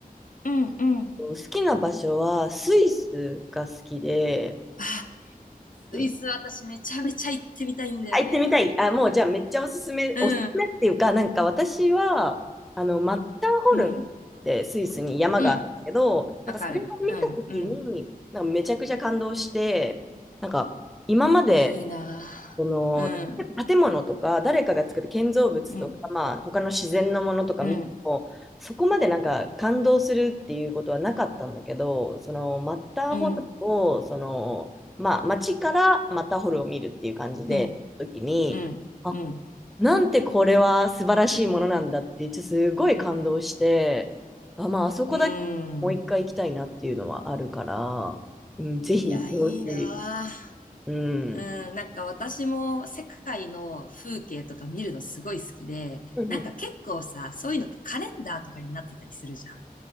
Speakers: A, on the left; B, in the centre.
A: うん、うん。
B: 好きな場所はスイスが好きで、
A: あ、スイス私めちゃめちゃ行ってみたいんだよね。
B: うんあ、行ってみたい。あ、もうじゃあめっちゃおすすめ、
A: うん、
B: おすすめっていうか、なんか私は、あの、マッターホルンっ
A: うん、
B: てスイスに山があるんですけど、
A: うん。
B: なんかそれを見たときに、
A: わかる。うん、うん。
B: なんかめちゃくちゃ感動して、なんか今まで、
A: いや、いいな
B: その
A: ぁ。うん、
B: 建物とか誰かが作る建造物とか、
A: うん、
B: まあ、他の自然のものとか見てもそこまでなんか感動するっていうことはなかったんだけどそのマッターホルンをその、
A: うん、うん、
B: まあ、街からマッターホルンを見るっていう感じで時にあ
A: うん、うん、うん、
B: なんてこれは素晴らしいものなんだってちょっとすごい感動してあ、まあ、あそこだけもう一回行きたいなっていうのはあるから、
A: うん。
B: うん、ぜひ行ってほしい。
A: いや、いいなぁ。
B: うん、
A: うん、
B: うん
A: なんか私も世界の風景とか見るのすごい好きで、
B: うん
A: なんか結構さ、そういうのってカレンダーとかになってたりするじゃん。